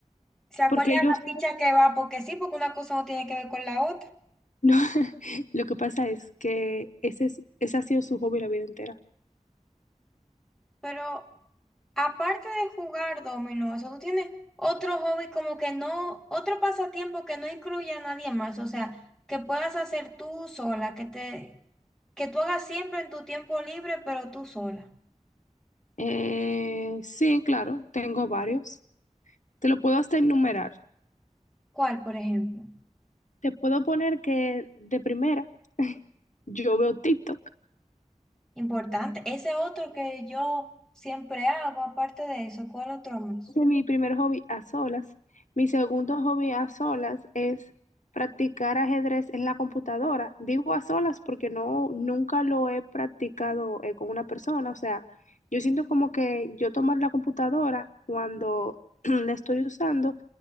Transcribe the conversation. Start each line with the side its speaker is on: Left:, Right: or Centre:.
Centre: ¿Se acuerda
Left: porque
Centre: de
Left: ellos
Centre: la ficha que va? Porque sí, porque una cosa no tiene que ver con la otra.
Left: no, <laughs> lo que pasa es que ese, es- ese ha sido su hobby la vida entera.
Centre: Pero Aparte de jugar dominó, eso tú tienes otro hobby como que no, otro pasatiempo que no incluya a nadie más, o sea, que puedas hacer tú sola, que te, que tú hagas siempre en tu tiempo libre, pero tú sola.
Left: Eh, sí, claro, tengo varios. Te lo puedo hasta enumerar.
Centre: ¿Cuál, por ejemplo?
Left: Te puedo poner que de primera <laughs> yo veo TikTok.
Centre: Importante. Ese otro que yo siempre hago, aparte de eso, ¿cuál otro más?
Left: Ese es mi primer hobby a solas. Mi segundo hobby a solas es practicar ajedrez en la computadora. Digo a solas porque no, nunca lo he practicado eh, con una persona. O sea, yo siento como que yo tomar la computadora cuando <clears throat> la estoy usando